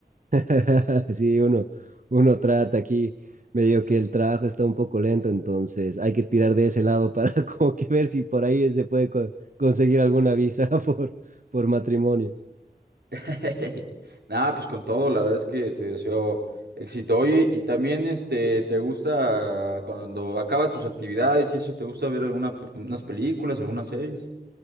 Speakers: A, on the right; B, on the right.
A: <laughs> Sí, uno, uno trata aquí, medio que el trabajo está un poco lento, entonces hay que tirar de ese lado para <laughs> como que ver si por ahí se puede co- conseguir alguna visa <laughs> por, por matrimonio.
B: <laughs> Nada, pues con todo, la verdad es que te deseo éxito. Oye, y también, este, ¿te gusta cuando acabas tus actividades y eso, te gusta ver alguna, pe- unas películas, algunas series?